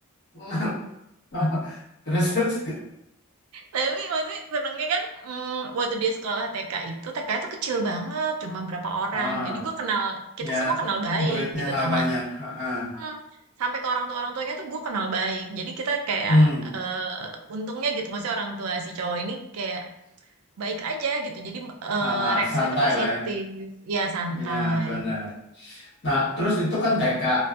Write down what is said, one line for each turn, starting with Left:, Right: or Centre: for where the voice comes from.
Left: <laughs> Terus, terus.
Right: Tapi maksudnya senengnya kan mm, waktu dia sekolah TK itu TK itu kecil banget cuma berapa orang
Left: Ah,
Right: jadi gue kenal kita
Left: ya.
Right: semua kenal baik
Left: Muridnya
Right: gitu
Left: nggak
Right: termasuk
Left: banyak. Ah, ah.
Right: Hmm, sampai ke orang tua orang tuanya tuh gue kenal baik jadi kita kayak
Left: Hmm.
Right: eh, untungnya gitu maksudnya orang tua si cowok ini kayak baik aja gitu jadi eh,
Left: Ah,
Right: reaksinya
Left: ah. Santai
Right: tuh positif
Left: lah ya.
Right: ya santai
Left: Iya, benar. Nah, terus itu kan TK.